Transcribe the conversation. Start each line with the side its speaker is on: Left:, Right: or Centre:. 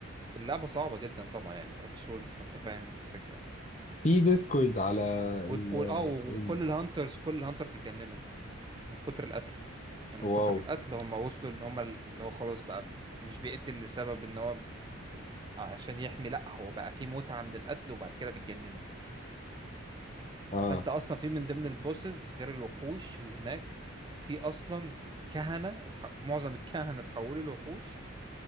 Right: اللعبة صعبة جدا طبعا يعني دارك سولز فأنت فاهم الفكرة
Left: في ديسكورد على
Right: و...
Left: ال
Right: و... اه وكل
Left: ال
Right: الهانترز كل الهانترز اتجننوا من كتر القتل يعني من كتر
Left: واو
Right: القتل هم وصلوا ان هم اللي هو خلاص بقى مش بيقتل لسبب ان هو عشان يحمي لا هو بقى فيه متعة من القتل وبعد كده بيتجننوا
Left: اه
Right: فانت اصلا في من ضمن البوسز غير الوحوش اللي هناك في اصلا كهنة اتح... معظم الكهنة اتحولوا لوحوش